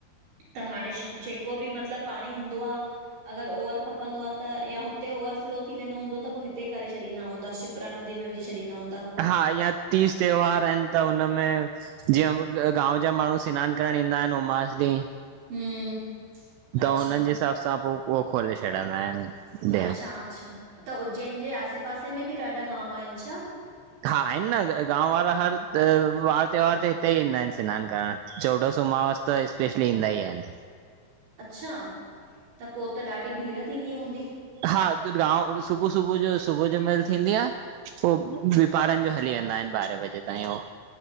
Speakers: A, on the right; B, on the right.
A: त हाणे जेको बि मतिलबु पाणी हूंदो आ, अगरि ओवर खप खपंदो आ त, या हुते ओवरफफ़्लो थी वेंदो हूंदो त पोइ हिते करे छॾींदा हूंदासीं। शिप्रा नदीअ में विझी छॾींद हूंदा।
B: हा यां तीज त्योहार आहिनि त उनमें। जीअं त गांव जा माण्हू स्नानु करण ईंदा आहिनि उमास ॾींहुं।
A: हम्म।
B: त
A: अच्छा
B: हुननि जे हिसाब सां पोइ उहो खोले छॾंदा आहिनि। डेम
A: अच्छा अच्छा, त उज्जैन जे आसे पासे में बि ॾाढा गांव आहिनि छा?
B: हा आहिनि न, गांव वारा हर वार त्योहार ते हिते ईंदा आहिनि स्नानु करण, चोॾसि उमावस। त स्पेशली ईंदा ई आहिनि।
A: अच्छा, त पोइ त ॾाढी भीड़ थींदी हूंदी?
B: हा त गांव, सुबुह सुबुह जो सुबुह जो महिल थींदी आ। पोइ विपारनि जो हली वेंदा इन ॿारहें बजे ताईं हो।